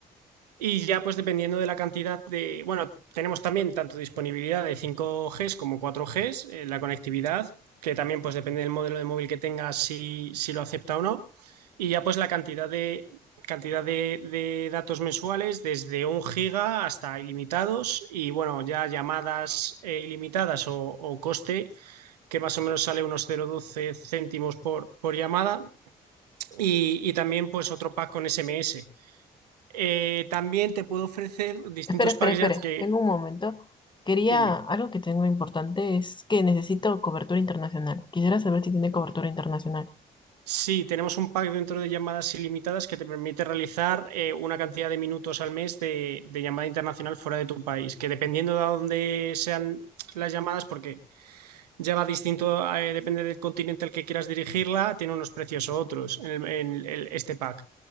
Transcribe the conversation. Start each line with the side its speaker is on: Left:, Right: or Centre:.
Right: Y ya pues dependiendo de la cantidad de, bueno, tenemos también tanto disponibilidad de 5G como 4G, eh, la conectividad, que también pues depende del modelo de móvil que tengas si, si lo acepta o no. Y ya pues la cantidad de cantidad de, de datos mensuales desde un giga hasta ilimitados y bueno, ya llamadas eh, ilimitadas o, o coste que más o menos sale unos cero coma doce céntimos por, por llamada y, y también pues otro pack con SMS eh, también te puedo ofrecer distintos
Left: Espera, espera,
Right: packs
Left: espera.
Right: ya que,
Left: Tengo un momento. Quería,
Right: dime,
Left: algo que tengo importante es que necesito cobertura internacional. Quisiera saber si tiene cobertura internacional.
Right: sí, tenemos un pack dentro de llamadas ilimitadas que te permite realizar eh, una cantidad de minutos al mes de, de llamada internacional fuera de tu país, que dependiendo de a dónde sean las llamadas, porque ya va distinto, eh, depende del continente al que quieras dirigirla, tiene unos precios u otros en, el- en el- este pack.